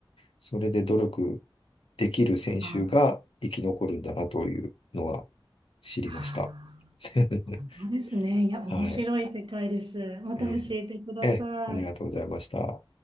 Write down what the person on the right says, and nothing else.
あ、はあ、
はあ、
本当ですね。いや、面白い世界です。
また教えてください。